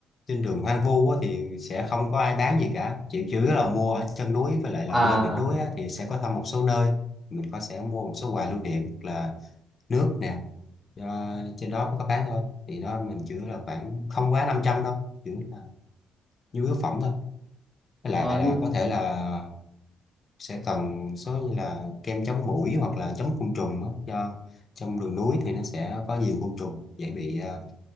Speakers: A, on the left; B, in the centre.
A: trên đường hoang vu á, thì sẽ không có ai bán gì cả chỉ chủ yếu là mua ở chân núi với lại là
B: à
A: lên đỉnh núi á, thì sẽ có thăm một số nơi mình có sẽ mua một số quà lưu niệm là nước nè do trên đó mới có bán thôi thì đó mình chỉ là khoảng không quá 500 đâu chỉ là nhu yếu phẩm thôi với
B: ờ,
A: lại là
B: nhưng
A: có thể là sẽ cần số như là kem chống muỗi hoặc là chống côn trùng á do trong đường núi thì nó sẽ có nhiều côn trùng dễ bị ờ,